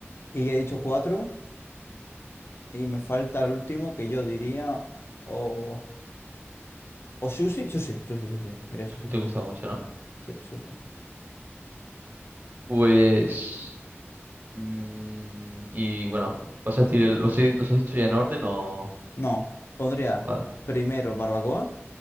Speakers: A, on the left (about 60°); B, on the right (about 45°).
A: Y ya he dicho cuatro. Y me falta el último que yo diría. O. O sushi. Sushi, sushi, sushi. Diría sushi,
B: Te
A: sí,
B: gusta
A: sí.
B: mucho, ¿no?
A: Sí, sushi.
B: Pues... mm, y bueno, vas a decir, el- ¿los, he- los has dicho ya en orden o...?
A: No, pondría
B: Vale,
A: primero barbacoa,